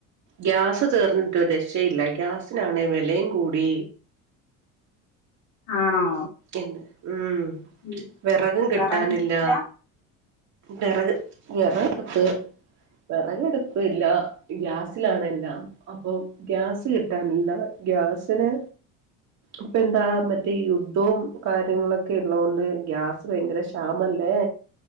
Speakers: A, on the right; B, on the left.
A: ഗ്യാസ് തീർന്നിട്ട് ഒരേക്ഷയില്ല ഗ്യാസിനാണെ വെലേം കൂടി
B: ആണോ
A: എഹ് ഉം
B: ഉം
A: വിറകും കിട്ടാനില്ല
B: വെറകടുപ്പില്ല
A: വേറെക് വേറെക് <unintelligible> വേറകടുപ്പില്ല ഗ്യാസിലാണെല്ലാം അപ്പൊ ഗ്യാസ് കിട്ടാനില്ല ഗ്യാസിന് ഇപ്പന്താ മറ്റേ യുദ്ധം കാര്യങ്ങളൊക്കെ ഉള്ളോണ്ട് ഗ്യാസ് ഭയങ്കര ക്ഷാമല്ലേ